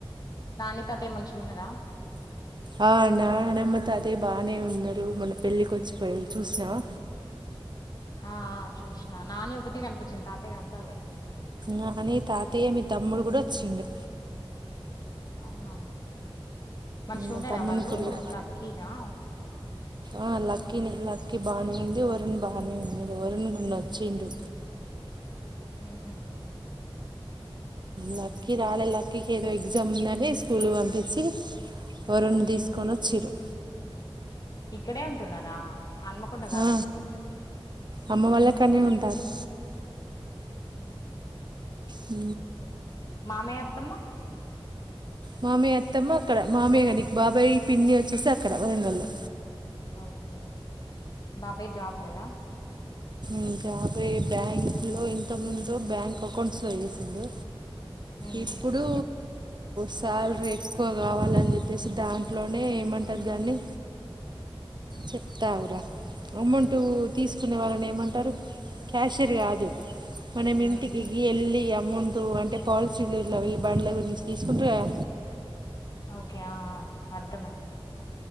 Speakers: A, on the left; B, on the right.
A: నాని తాతయ్య మంచిగా ఉన్నారా
B: ఆ అ నానమ్మతో అదే బాగానే ఉన్నారు మొన పెళ్ళికి వచ్చిపోయారు చూసినావా
A: ఆ చూసినా నాని ఒకతే కనిపించింది తాతయ్య కనపాల్లె
B: నాని తాతయ్య మీ తమ్ముడు కూడా వచ్చిడు
A: అవునా మంచిగున్నర
B: మా తమ్ముని
A: వాళ్ళు
B: కొడుకు
A: లక్కీనా
B: ఆ లక్కకి లక్కకి బాగానే ఉంది వరు్ బాగానే ఉంది వచ్చిండు
A: ఆహా
B: లక్కకి రాలే లక్కీకి ఏదో ఎగ్జామ్ ఉందని స్కూల్ పంపించి వరెు తీసుకొని
A: ఉమ్
B: వచ్చరు
A: ఇక్కడే ఉంటున్నారా హన్మకొండ కాదా
B: ఆ
A: ఇప్పుడు
B: అమ్మ వాళ్ళకనే ఉంటారు
A: ఆహా
B: హ
A: మామయ్య అత్తమ్మ
B: మామయ్య అత్తమ్మ అక్కడ మామయ్య కానీ బాబాయ్ పిన్ని వచ్చేసి అక్కడ వరంగల్లో
A: ఓకే బాబాయ్ జాబ్ కదా
B: ంకాబ బ్యాంక్ లో ఇంత ముందు బ్యాంక్ అకౌంట్స్ లో చేసిడు
A: ఉమ్
B: ఇప్పుడు శాలరీ ఎక్కువ కావాలని చెప్పేసి దాంతో అంటే ఏమంటరు దాన్ని చెప్తా ఆగుర అమౌంట్ తీసుకో ఆ వాళ్ని ఏమంటారు క్యాషియర్ కాదు మన ఇంటికికి
A: ఉమ్
B: ఎల్లీ అమౌంట్ అంటే పా చిల్లూర్లో వెళ్లి బండ్ల గురించి తీసుకుంటర్ గదా
A: ఓకే ఆ ఆ అర్థమైంది